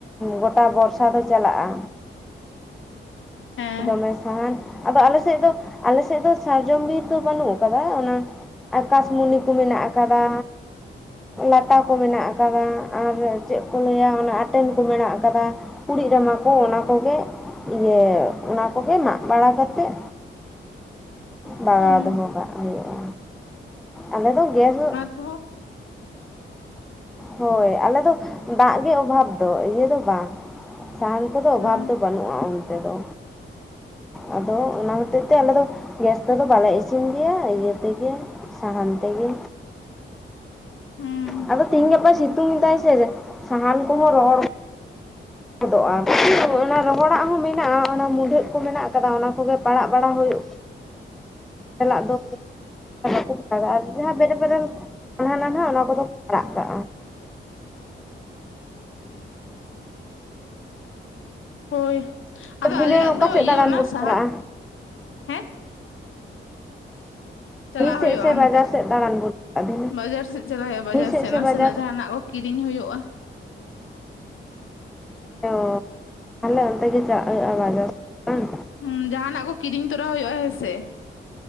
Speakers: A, in the centre; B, on the left (about 70°).
A: ᱜᱚᱴᱟ ᱵᱚᱨᱥ ᱥᱟ ᱫᱚ ᱪᱟᱞᱟᱜᱼᱟ
B: ᱦᱮᱸ
A: ᱫᱚᱢᱮ ᱥᱟᱦᱟᱱ ᱟᱫᱚ ᱟᱞᱮᱥᱮᱫ ᱫᱚ ᱟᱞᱮᱥᱮᱫ ᱫᱚ ᱥᱟᱨᱡᱚᱢ ᱵᱤᱨ ᱫᱚ ᱵᱟᱹᱱᱩᱜ ᱟᱠᱟᱫᱟ ᱚᱱᱟ ᱟᱠᱟᱥᱢᱩᱱᱤ ᱠᱚ ᱢᱮᱱᱟᱜ ᱟᱠᱟᱫᱟ ᱞᱟᱴᱟ ᱠᱚ ᱢᱮᱱᱟᱜ ᱟᱠᱟᱫᱟ ᱟᱨ ᱪᱮᱫ ᱠᱚ ᱞᱟᱹᱭᱟ ᱚᱱᱟ ᱟᱴᱮᱱ ᱠᱚ ᱢᱮᱱᱟᱜ ᱟᱠᱟᱫᱟ ᱠᱩᱲᱤᱜ ᱨᱟᱢᱟ ᱠᱚ ᱚᱱᱟ ᱠᱚᱜᱮ ᱤᱭᱟᱹ ᱚᱱᱟ ᱠᱚᱜᱮ ᱢᱟᱜ ᱵᱟᱲᱟ ᱠᱟᱛᱮᱜ ᱵᱟᱜᱟᱣ
B: ᱦᱩᱸ
A: ᱫᱚᱦᱚ ᱠᱟᱜ ᱦᱩᱭᱩᱜᱼᱟ ᱟᱞᱮ ᱫᱚ ᱜᱮᱥ ᱫᱚ
B: ᱴᱩ ᱦᱳᱠ
A: ᱦᱳᱭ ᱟᱞᱮ ᱫᱚ ᱫᱟᱜ ᱜᱮ ᱚᱵᱷᱟᱵᱽ ᱫᱚ ᱤᱭᱟᱹ ᱫᱚ ᱵᱟᱝ ᱥᱟᱦᱟᱱ ᱠᱚᱫᱚ ᱚᱵᱷᱟᱵᱽ
B: ᱦᱩᱸ
A: ᱫᱚ ᱵᱟᱹᱱᱩᱜᱼᱟ ᱚᱱᱛᱮ ᱫᱚ ᱟᱫᱚ ᱚᱱᱟ ᱦᱚᱛᱮᱡ ᱛᱮ ᱟᱞᱮ ᱫᱚ ᱜᱮᱥ ᱛᱮᱫᱚ ᱵᱟᱞᱮ ᱤᱥᱤᱱ ᱜᱮᱭᱟ ᱤᱭᱟᱹ ᱛᱮᱜᱮ ᱥᱟᱦᱟᱱ ᱛᱮᱜᱮ
B: ᱦᱩᱸ
A: ᱟᱫᱚ ᱛᱤᱦᱤᱧ ᱜᱟᱯᱟ ᱥᱤᱛᱩᱝ ᱮᱫᱟᱭ ᱥᱮ ᱥᱟᱦᱟᱱ ᱠᱚᱦᱚᱸ ᱨᱚᱦᱚᱲ ᱦᱚᱫᱚᱜᱼᱟ ᱚᱱᱟ ᱨᱚᱦᱚᱲᱟᱜ ᱦᱚᱸ ᱢᱮᱱᱟᱜᱼᱟ ᱚᱱᱟ ᱢᱩᱰᱷᱟᱹᱫ ᱠᱚ ᱢᱮᱱᱟᱜ ᱟᱠᱟᱫᱟ ᱚᱱᱟ ᱠᱚᱜᱮ ᱯᱟᱲᱟᱜ ᱵᱟᱲᱟ ᱦᱩᱭᱩᱜ ᱪᱟᱞᱟᱜ ᱫᱚ ᱟᱨ ᱵᱟᱠᱩ ᱯᱟᱲᱟᱜ ᱟᱜ ᱞᱮᱭᱟ ᱵᱮᱨᱮᱞ ᱵᱮᱨᱮᱞ ᱱᱟᱱᱦᱟ ᱱᱟᱱᱦᱟ ᱚᱱᱟ ᱠᱚᱫᱚ ᱠᱚ ᱯᱟᱲᱟᱜ ᱠᱟᱜᱼᱟ
B: ᱦᱳᱭ ᱟᱫᱚ ᱟᱞᱮᱭᱟᱜ
A: ᱫᱷᱤᱱᱟᱹᱱ ᱚᱠᱟ
B: ᱫᱚ
A: ᱥᱮᱫ
B: ᱤᱭᱟᱹ
A: ᱫᱟᱬᱟᱱ
B: ᱚᱱᱟ
A: ᱵᱚᱱ
B: ᱥᱟᱦᱟᱱ
A: ᱪᱟᱞᱟᱜᱼᱟ?
B: ᱦᱮᱸ ᱪᱟᱞᱟᱜ
A: ᱰᱟᱹᱦᱤ ᱥᱮᱫ
B: ᱦᱩᱭᱩᱜᱼᱟ
A: ᱥᱮ ᱵᱟᱡᱟᱨ
B: ᱚᱱᱛᱮ
A: ᱥᱮᱫ ᱫᱟᱬᱟᱱ ᱵᱚᱱ ᱪᱟᱞᱟᱜᱼᱟ ᱫᱷᱤᱱᱟᱹᱱ
B: ᱵᱟᱡᱟᱨ ᱥᱮᱫ ᱪᱟᱞᱟᱣ ᱦᱩᱭᱩᱜᱼᱟ ᱵᱟᱡᱟᱨ
A: ᱰᱟᱹᱦᱤ
B: ᱥᱮᱫ
A: ᱥᱮ
B: ᱱᱟᱥᱮᱱᱟᱜ
A: ᱵᱟᱡᱟᱨ
B: ᱡᱟᱦᱟᱱᱟᱜ
A: ᱥᱮᱫ?
B: ᱠᱚ ᱠᱤᱨᱤᱧ ᱦᱳᱭᱳᱜᱼᱟ
A: ᱛᱚ ᱛᱟᱦᱚᱞᱮ ᱚᱱᱛᱮ ᱜᱮ ᱪᱟᱜ ᱦᱩᱭᱩᱜ ᱟ ᱵᱟᱡᱟᱨ ᱥᱮᱜ ᱵᱟᱝ?
B: ᱦᱩᱸ ᱡᱟᱦᱟᱱᱟᱜ ᱠᱚ ᱠᱤᱨᱤᱧ ᱛᱚᱨᱟ ᱦᱩᱭᱩᱜᱼᱟ ᱦᱮᱸᱥᱮ